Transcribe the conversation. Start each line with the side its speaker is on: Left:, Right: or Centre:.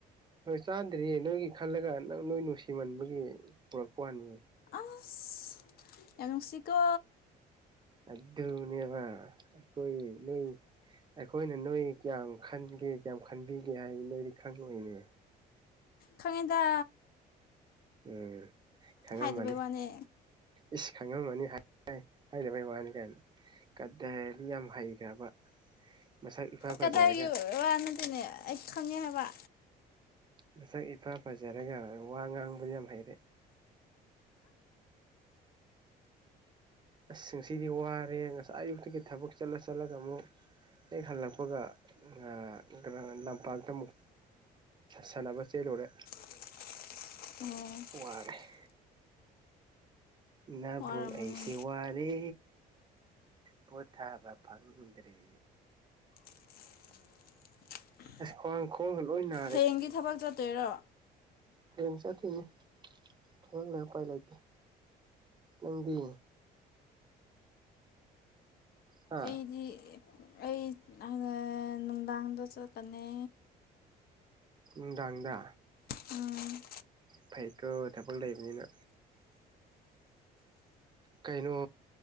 Right: ꯍꯣꯏ ꯆꯥꯗ꯭ꯔꯤꯌꯦ ꯅꯣꯏꯒꯤ ꯈꯜꯂꯒ ꯅꯪ ꯅꯣꯏ ꯅꯨꯡꯁꯤꯃꯟꯕꯒꯤ ꯄꯨꯔꯛꯄ ꯋꯥꯅꯤ
Left: ꯑꯁ ꯌꯝ ꯅꯨꯡꯁꯤꯀꯣ
Right: ꯑꯗꯨꯅꯦꯕ ꯑꯩꯈꯣꯏ ꯅꯣꯏ ꯑꯩꯈꯣꯏꯅ ꯅꯣꯏ ꯀꯌꯥꯝ ꯈꯟꯒꯦ ꯀꯌꯥꯝ ꯈꯟꯕꯤꯒꯦ ꯍꯥꯏꯗꯤ ꯅꯣꯏꯗꯤ ꯈꯪꯉꯣꯏꯅꯦ
Left: ꯈꯪꯉꯦꯗ
Right: ꯎꯝ ꯈꯪꯉꯝꯃꯅꯤ
Left: ꯍꯥꯏꯗꯕꯩ ꯋꯥꯅꯦ
Right: ꯏꯁ ꯈꯪꯉꯝꯃꯅꯤ ꯍꯥꯏ ꯍꯥꯏꯗꯕꯩ ꯋꯥꯅꯤ ꯀꯥꯏꯅ ꯀꯥꯗꯔꯗꯤ ꯌꯥꯝ ꯍꯩꯒ꯭ꯔꯥꯕ ꯃꯁꯛ ꯏꯐꯥ
Left: ꯀꯗꯥꯏꯒꯤ
Right: ꯐꯖꯔꯒ
Left: ꯋꯥ ꯅꯗꯤꯅꯦ ꯑꯩ ꯈꯪꯉꯦ ꯍꯥꯏꯕ
Right: ꯅꯁꯛ ꯏꯐꯥ ꯐꯖꯔꯒ ꯋꯥ ꯉꯥꯡꯕꯗꯤ ꯌꯥꯝ ꯍꯩꯔꯦ ꯑꯁ ꯉꯁꯤꯗꯤ ꯋꯥꯔꯦ ꯉꯁꯥꯏ ꯑꯌꯨꯛꯇꯒꯤ ꯊꯕꯛ ꯆꯠꯂ ꯆꯠꯂꯒ ꯑꯃꯨꯛ ꯍꯦꯛ ꯍꯜꯂꯛꯄꯒ ꯑꯥ ꯀꯅꯥꯅ ꯂꯝꯄꯥꯛꯇꯥ ꯑꯃꯨꯛ ꯁꯥꯟꯅꯕ ꯆꯦꯜꯂꯨꯔꯦ
Left: ꯑꯣ
Right: ꯋꯥꯔꯦ ꯅꯥꯕꯨꯨꯡ
Left: ꯋꯥꯔꯝꯃꯅꯤ
Right: ꯑꯩꯁꯦ ꯋꯥꯠ ꯔꯦ ꯄꯣꯊꯥꯕ ꯐꯪꯗ꯭ꯔꯦ
Left: <inaudible>
Right: ꯑꯁ ꯈ꯭ꯋꯥꯡ ꯈꯣꯡꯒ ꯂꯣꯏ ꯅꯥ
Left: ꯍꯌꯦꯡꯒꯤ ꯊꯕꯛ ꯆꯠꯇꯣꯏꯔꯣ
Right: ꯍꯌꯦꯡ ꯆꯠꯀꯤꯅꯤ ꯊꯕꯛ ꯂꯩ ꯎꯄꯥꯏ ꯂꯩꯇꯦ ꯅꯪꯗꯤ ꯍꯥ
Left: ꯑꯩꯗꯤ ꯑꯩ ꯑꯥ ꯅꯨꯡꯗꯥꯡꯗ ꯆꯠꯀꯥꯅꯤ
Right: ꯅꯨꯡꯗꯥꯡꯗ
Left: ꯎꯝ
Right: ꯐꯩꯀꯣ ꯊꯕꯛ ꯂꯩꯕꯅꯤꯅ ꯀꯩꯅꯣ